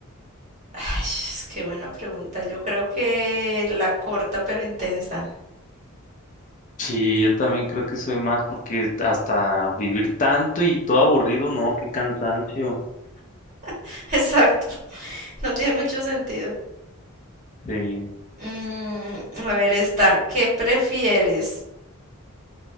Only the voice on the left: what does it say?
Sí, yo también creo que soy más porque hasta vivir tanto y todo aburrido, no, qué cansancio.
Sí.